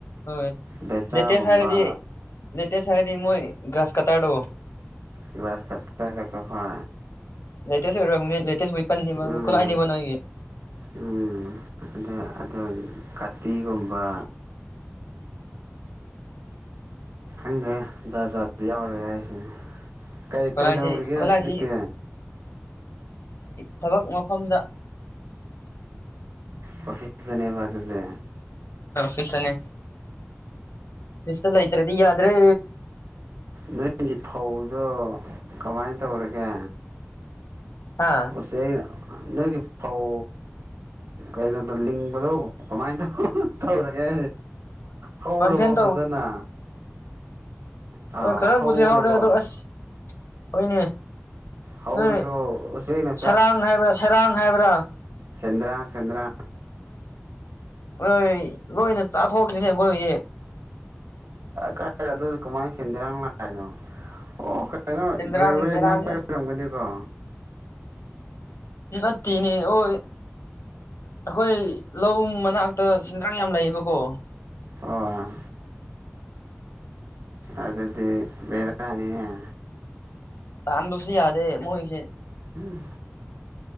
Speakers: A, on the left; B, on the right.
A: ꯍꯣꯏ
B: ꯕꯦꯆꯥꯒꯨꯝꯕ
A: ꯂꯦꯇꯦꯁ ꯍꯥꯏꯔꯗꯤ ꯂꯦꯇꯦꯁ ꯍꯥꯏꯔꯗꯤ ꯃꯣꯏ ꯒ꯭ꯔꯥꯁ ꯀꯇꯥꯔꯗꯣ
B: ꯌꯕꯁ ꯀꯇꯥꯗꯀ ꯍ
A: ꯂꯦꯇꯦ ꯑꯣꯏꯦꯦꯋꯅꯤ
B: ꯎꯝ
A: ꯈꯨꯣꯂꯥꯏꯅꯤꯕ ꯅꯣꯏꯒꯤ
B: ꯎꯝ ꯑ ꯑ ꯀꯥꯇꯤꯒꯨꯝꯕ ꯈꯪꯗ꯭ꯔꯦ ꯖꯥ ꯖꯥ ꯌꯥꯎꯔꯦ ꯍꯥꯏꯁꯤꯅꯦ ꯀꯩ
A: ꯈꯂꯁꯤ
B: ꯀꯩꯗꯧꯔꯤꯒꯦ
A: ꯈꯣꯂꯁꯤ
B: ꯍꯧꯖꯤꯛꯇꯤ
A: ꯊꯕꯛ ꯃꯐꯝꯗ
B: ꯀꯐꯤꯁꯤꯁꯅꯦꯕ ꯑꯗꯨꯗꯦ
A: ꯄꯤꯁꯇꯅꯦ ꯄꯤꯁꯇ ꯂꯩꯇ꯭ꯔꯗꯤ ꯌꯥꯗ꯭ꯔꯦ
B: ꯅꯣꯏꯁꯤ ꯐꯧꯗꯣ ꯀꯃꯥꯏꯅ ꯇꯧꯔꯒꯦ
A: ꯍꯥ
B: ꯎꯆ ꯅꯣꯏꯒꯤ ꯄꯥꯎ ꯀꯩꯅꯣꯗꯣ ꯂꯤꯡꯕꯗꯣ ꯀꯃꯥꯏꯅ ꯇ ꯇꯧꯔꯒꯦ ꯍꯧꯔꯕꯣ
A: ꯄꯝꯐꯦꯟ
B: ꯐꯖꯅ ꯑꯥ
A: ꯑ ꯈꯔꯕꯨꯗꯤ
B: ꯍꯧꯔꯕꯣ
A: ꯍꯧꯔꯦ ꯑꯗꯣ ꯑꯁ ꯍꯣꯏꯅꯦ
B: ꯍꯧꯔꯁꯨ
A: ꯎ
B: ꯎꯆꯦꯛꯅ
A: ꯁꯔꯥꯡ ꯍꯥꯏꯕ꯭ꯔꯥ ꯁꯔꯥꯡ ꯍꯥꯏꯕ꯭ꯔꯥ
B: ꯆꯦꯗ꯭ꯔ ꯆꯦꯗ꯭ꯔ
A: ꯂꯣꯏꯣꯏ ꯂꯣꯏꯅ ꯆꯥꯊꯣꯛꯈꯅꯤ ꯑꯩꯈꯣꯏꯒꯤꯁ
B: ꯀꯅꯥꯏ ꯑꯗꯨ ꯀꯃꯥꯏꯅ ꯁꯤꯟꯗꯔ ꯍꯥꯏꯅꯣ ꯑꯣ ꯀꯩꯅꯣ
A: ꯁꯦꯟꯗ꯭ꯔꯥꯡ
B: ꯗꯦꯜꯋꯦ
A: ꯕꯦꯔꯥꯅꯤ
B: ꯅꯛ ꯄꯥꯏꯕꯤꯔꯝꯒꯅꯤꯀꯣ
A: ꯑꯁ ꯅꯅꯤ ꯑꯣꯏ ꯑꯩꯈꯣꯏ ꯂꯧ ꯃꯅꯥꯛꯇ ꯁꯦꯟꯗ꯭ꯔꯥꯡ ꯌꯥꯝ ꯂꯩꯌꯦꯕꯀꯣ
B: ꯑꯣ ꯑꯗꯨꯗꯤ ꯦꯔꯅꯤꯦ
A: ꯇꯥꯟꯗꯁꯨ ꯌꯥꯗꯦ ꯃꯣꯏꯁꯦ
B: ꯎꯝ